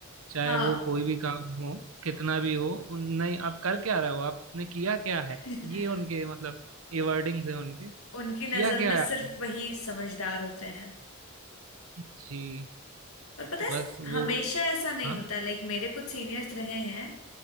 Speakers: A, on the right (about 70°); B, on the left (about 80°).
A: चाहे
B: हाँ
A: वो कोई भी काम हो कितना भी हो उन- नहीं आप कर क्या रहे हो आपने किया क्या है
B: <laughs>
A: ये उनके मतलब ये वर्डिंग्स है उनके
B: उनकी नजर
A: किया क्या
B: में सिर्फ
A: है आपने
B: वही समझदार होते हैं
A: जी
B: पर पता है
A: बस वो
B: हमेशा ऐसा नहीं
A: हाँ
B: होता लाइक मेरे कुछ सीनियर्स रहे हैं